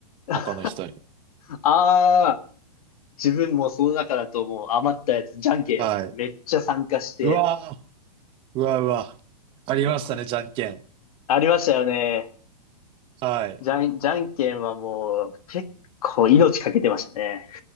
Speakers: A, on the left (about 60°); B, on the right (about 25°).
A: <laughs>
B: 他の人に。
A: ああ、自分もその中だともう余ったやつ、じゃんけんめっちゃ参加して、
B: はい。うわー、うわうわ。ありましたね、
A: もう
B: じゃんけん。
A: ありましたよね。
B: はい。
A: じゃん、じゃんけんはもう結構命かけてましたね。